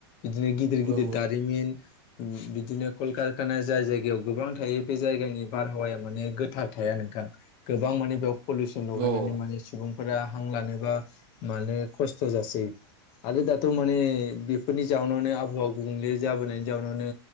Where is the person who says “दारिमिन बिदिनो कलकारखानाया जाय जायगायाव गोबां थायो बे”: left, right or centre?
Left